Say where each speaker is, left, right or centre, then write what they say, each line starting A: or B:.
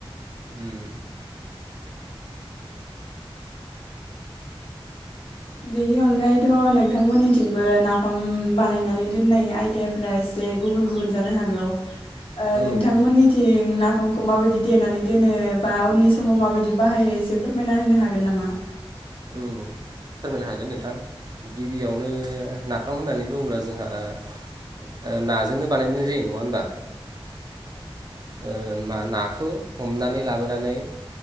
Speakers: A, on the right; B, on the left.
A: उम।
B: बेनि अनगायैथ नोंथांमोननिथिंबो नाफाम बानायनानै दोननाय आयदायाफोरा एसे गुबुन गुबुन जानो हागौ। ओ
A: औ
B: नोंथांमोननिथिं नाफ समखौ माबायदि देनानै दोनो बा उननि समाव माबायदि बाहायो एसे फोरमायना होनो हागोन नामा?
A: औ। फोरमायनो हागोन नोंथां गिबियावनो नाफाम होननानै बुङोब्ला जोंहा ओ नाजोंनो बानायनाय जायो नङा होमबा। ओ मा नाखौ हमनानै लाबोनानै ओ